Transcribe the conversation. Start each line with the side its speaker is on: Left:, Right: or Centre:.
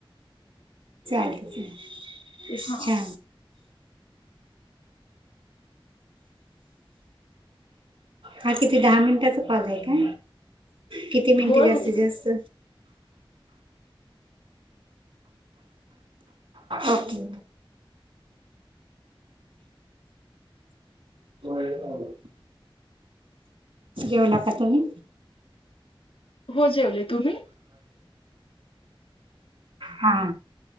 Right: अच्छा.
Left: हा
Right: हा किती दहा मिनिटाचां कॉल आहे का किती मिनटे
Left: होय
Right: जास्तीत
Left: हो.
Right: जास्त ओके <unintelligible> जेवला तुम्ही.
Left: हो जेवले. तुम्ही?
Right: हा